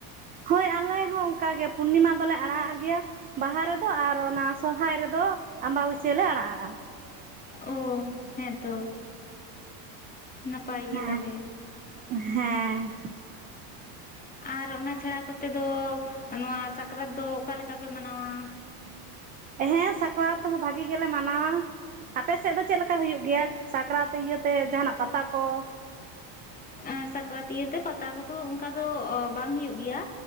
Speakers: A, on the right; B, on the left.
A: ᱦᱳᱭ ᱟᱞᱮ ᱦᱚᱸ ᱚᱱᱠᱟ ᱜᱮ ᱯᱩᱨᱱᱤᱢᱟ ᱫᱚᱞᱮ ᱟᱲᱟᱜᱟᱜ ᱜᱮᱭᱟ ᱵᱟᱦᱟ ᱨᱮᱫᱚ ᱟᱨ ᱚᱱᱟ᱾ ᱥᱚᱨᱚᱨᱟᱭ ᱨᱮᱫᱚ ᱟᱢᱵᱟᱵᱟᱹᱥᱭᱟᱹ ᱞᱮ ᱟᱲᱟᱜ ᱟᱜᱼᱟ᱾
B: ᱚ ᱦᱮᱸᱛᱚ ᱱᱟᱯᱟᱭ ᱜᱮᱭᱟ
A: ᱦᱮᱸ
B: ᱛᱟᱦᱟᱞᱮ᱾
A: ᱦᱮᱸ
B: ᱟᱨ ᱚᱱᱟ ᱪᱷᱟᱲᱟ ᱠᱚᱛᱮ ᱫᱚ ᱱᱚᱣᱟ ᱥᱟᱠᱨᱟᱛ ᱫᱚ ᱚᱠᱟ ᱞᱮᱠᱟ ᱯᱮ ᱢᱟᱱᱟᱣᱟ᱾
A: ᱦᱮᱸ ᱥᱟᱠᱨᱟᱛ ᱦᱚᱸ ᱵᱷᱟᱜᱤ ᱜᱮᱞᱮ ᱢᱟᱱᱟᱣᱟ ᱟᱯᱮ ᱥᱮᱫ ᱫᱚ ᱪᱮᱫ ᱞᱮᱠᱟ ᱦᱩᱭᱩᱜ ᱜᱮᱭᱟ᱾ ᱥᱟᱠᱨᱟᱛ ᱤᱭᱟᱹᱛᱮ ᱡᱟᱦᱟᱱᱟᱜ ᱯᱟᱛᱟ ᱠᱚ᱾
B: ᱮᱜ ᱥᱟᱠᱨᱟᱛ ᱤᱭᱟᱛᱮ ᱯᱟᱛᱟ ᱠᱚᱫᱚ ᱚᱱᱠᱟ ᱫᱚ ᱵᱟᱝ ᱦᱩᱭᱩᱜ ᱜᱮᱭᱟ᱾